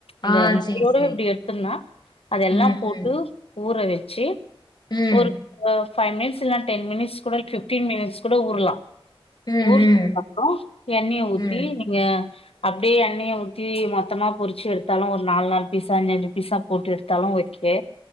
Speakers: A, on the left; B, on the left.
A: அந்த
B: ஆ
A: முட்டையோட
B: சரி, சரி.
A: அப்டி எடுத்தம்னா அதெல்லா
B: ம்,
A: போட்டு
B: ம்.
A: ஊற வெச்சி
B: ம்.
A: ஒரு ஃபைவ் மினிட்ஸ் இல்ல டென் மினிட்ஸ் கூட ஃபிஃப்டீன் மினிட்ஸ் கூட ஊர்லா
B: ம்,
A: ஊர்னதுக்கப்றோ
B: ம்.
A: எண்ணெய ஊத்தி
B: ம்.
A: நீங்க அப்டியே எண்ணைய ஊத்தி மொத்தமா பொரிச்சு எடுத்தாலு ஒரு நாலு நாலு பீஸா அஞ்சஞ்சு பீஸா போட்டு எடுத்தாலு ஓகே